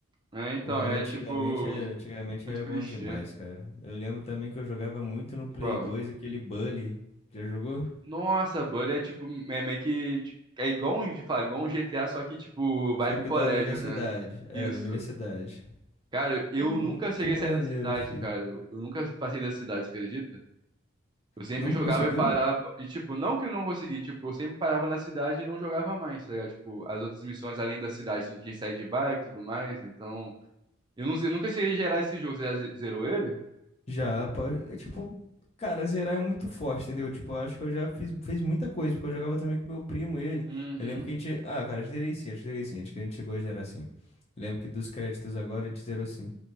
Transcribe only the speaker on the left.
Pô, mas
antigamente,
é- antigamente
era
bom demais, cara. Eu lembro também que eu jogava muito no Play
2 aquele Bully. Já jogou?
Só que
da universidade.
É,
da universidade.
Pô, muito
maneiro,
fi.
Nunca
conseguiu?
Já, pode. é, Tipo, cara, zerar é muito forte, entendeu? Tipo, eu acho que eu já fiz, fiz muita coisa, porque eu jogava também com meu primo, ele.
Eu lembro que a gente. Ah, cara, zerei sim, acho que zerei sim, acho que a gente chegou a zerar sim. lembro que dos créditos agora a gente zerou sim.